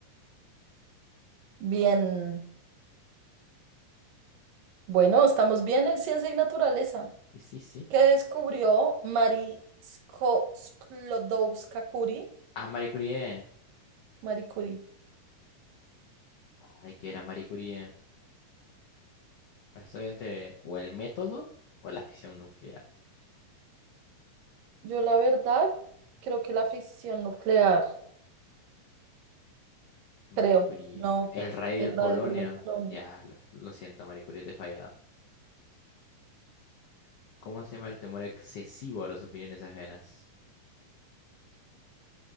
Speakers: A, on the right (about 85°); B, on the left (about 80°).
A: Bien. Bueno, estamos bien en ciencia y naturaleza.
B: Y sí, sí.
A: ¿Qué descubrió Marie Sko- Sklodowska Curie?
B: Ah, Marie Curie.
A: Marie Curie.
B: Ay, que era Marie Curie. Estoy entre o el método o la fisión nuclear.
A: Yo la verdad creo que la fisión nuclear.
B: Marie
A: creo.
B: Curie.
A: No,
B: El rey
A: el
B: del
A: radio
B: polonio.
A: y el polonio.
B: Ya, lo, lo siento, Marie Curie, te he fallado. ¿Cómo se llama el temor excesivo a las opiniones ajenas?